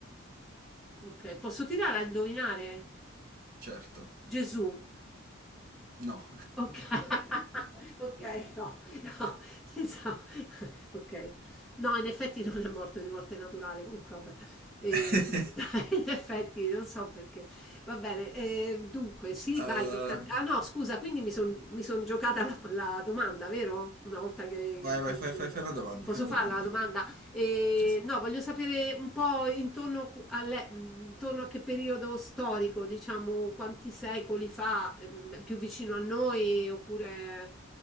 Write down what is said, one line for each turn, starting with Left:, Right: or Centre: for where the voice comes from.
Centre: Ok, posso tirare a indovinare?
Right: Certo.
Centre: Gesù.
Right: No.
Centre: Oka <laughs> okay, no, no, pensavo <laughs> okay. No, in effetti non è morto di morte naturale, comunque vabbè. Ehm,
Right: <laughs>
Centre: <laughs> in effetti non so perché. Va bene, ehm, dunque sì,
Right: Eh,
Centre: vai, tocca a t ah no scusa, quindi mi son mi son giocata la p la domanda, vero? Una volta che
Right: vai, vai, fai, fai, fai una domanda,
Centre: posso
Right: fai una
Centre: farla
Right: domanda.
Centre: la domanda? E,
Right: Sì, sì.
Centre: no, voglio sapere un po' intorno, alle- intorno a che periodo storico, diciamo, quanti secoli fa, ehm, più vicino a noi, oppure...